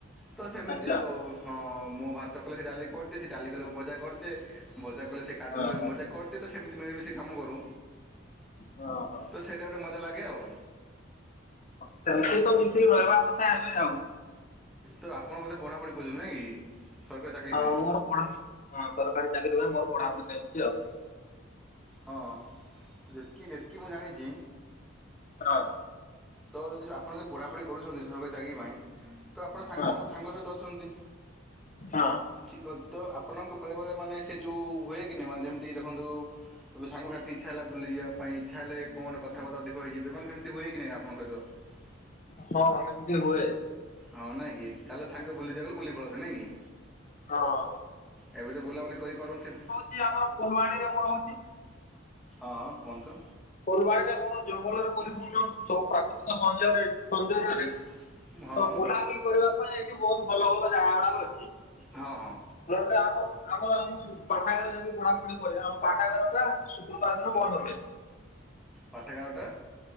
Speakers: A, in the centre; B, on the left.
A: ତ ସେମିତି
B: ଆଚ୍ଛା
A: ଆଉ। ହଁ ମୁଁ ଭାତ କଲେ ସେ ଡାଲି କରିଦିଏ ସେ ଡାଲି କଲେ ମୁଁ ଭଜା କରିଦିଏ ଭଜା କଲେ ସେ କାଟି
B: ହଁ
A: ଦେଲେ
B: ହଁ
A: ଭଜା କରଦିଏ। <unintelligible> ତ ସେମିତି ମିଳିମିଶି କାମ କରୁ
B: ହଁ ହଁ।
A: ତ ସେଇଟା ଗୋଟେ ମଜା ଲାଗେ ଆଉ।
B: ସେମତି ତ ମିଶିକି <unintelligible> କଥା ହେବେ ଆଉ।
A: ତ ଆପଣ ବୋଧେ ପଢ଼ାପଢି କରୁଛନ୍ତି ନାଇଁ କି? ସରକାରୀ ଚାକିରି
B: ହଁ
A: ପାଇଁ
B: ମୋର ପଢାପଢ଼ି ସରକାରୀ ଚାକିରି ପାଇଁ ମୋର ପଢାପଢି ଚାଲଚି ଆଉ।
A: ହଁ <inaudible> ତ ଯେତିକି ଯେତିକି ମୁଁ ଜାଣିଛି।
B: ର।
A: ତ ଯଦି ଆପଣ ଯଦି ପଢ଼ାପଢ଼ି କରୁଛନ୍ତି ସରକାରୀ ଚାକିରି ପାଇଁ ତ ଆପଣ ସାଙ୍ଗମାନ
B: ହଁ
A: ସାଙ୍ଗ ସହିତ ଅଛନ୍ତି।
B: ହଁ।
A: ଠିକ୍ ଅଛି ତ ଆପଣଙ୍କୁ ବେଳେବେଳେ ମାନେ ସେ ଯୋଉ ହୁଏ କି ନାଇ ମାନେ ଯେମିତି ତେବେ ସାଙ୍ଗ ସାଥୀ ଇଚ୍ଛା ହେଲା ବୁଲିଯିବା ପାଇଁ ଇଚ୍ଛା ହେଲେ କଣ ଗୋଟେ କଥାଵାତା ଅଧିକ ହୋଇଯିବେ ମାନେ ସେମତି ହୁଏ କି ନାହିଁ ଆପଣଙ୍କ ସହିତ? <unintelligible>
B: ହଁ ସେମତି ହୁଏ।
A: ହଁ ନାଁ କି ତାହେଲେ ସାଙ୍ଗ ବୁଲିଯାଉ। ବୁଲି ପଳାନ୍ତି ନାଇଁ କି
B: ହଁ।
A: <inaudible> ଏବେ ତ ବୁଲାବୁଲି କରିପାରୁନଥିବେ।
B: ତି ଆମର ଫୁଲବାଣୀରେ ମୁଁ ରହୁଚି।
A: ହଁ କୁହନ୍ତୁ?
B: ଫୁଲବାଣୀ ଟା କଣ ଜଙ୍ଗଲରେ ପରିପୂର୍ଣ୍ଣ ସବୁ ପ୍ରାକୃତିକ ସଞ୍ଚୟ ଏ ସୁନ୍ଦଯ୍ୟ
A: ହୁଁ,
B: ରେ
A: ହଁ
B: ତ ବୁଲାବୁଲି କରିବା ପାଇଁ ଏଠି ବହୁତ୍ ଭଲ ଭଲ ଜାଗା ଗୁଡାକ ଅଛି।
A: ହଁ।
B: ମୋର ଗୋଟେ ଆମର ଆମୁ ପାଠାଗାର ଯାଇକି ପଢାପଢି କରିବା ଆଉ ପାଠାଗାର ଟା ଶୁକ୍ରବାର ଦିନ ବନ୍ଦ ରହେ।
A: ପାଠାଗାରଟା